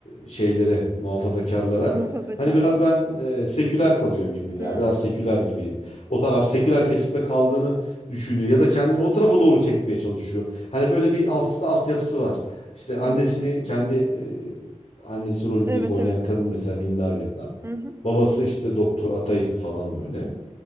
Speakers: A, on the left (about 65°); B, on the right (about 20°).
A: şeylere muhafazakarlara.
B: Muhafazakarlarım.
A: Hani biraz ben e, seküler kalıyor gibi ya
B: Hı
A: biraz seküler gibi. O taraf seküler kesimde kaldığını düşünüyor ya da kendini o tarafa doğru çekmeye çalışıyor. Hani böyle bir aslında altyapısı var. İşte annesini
B: hı.
A: kendi e, annesi rolündeki
B: Evet
A: oynayan
B: evet
A: kadın mesela dindar bir adam.
B: Hı hı.
A: Babası işte doktor ateist falan böyle.